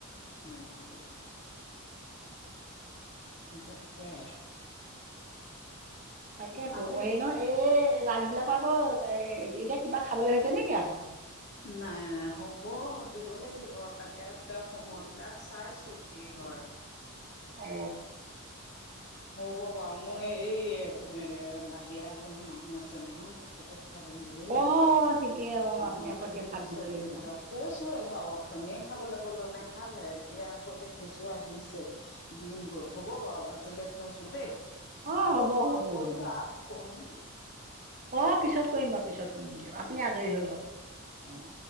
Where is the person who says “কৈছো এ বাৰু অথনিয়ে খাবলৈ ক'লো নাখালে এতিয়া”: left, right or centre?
Left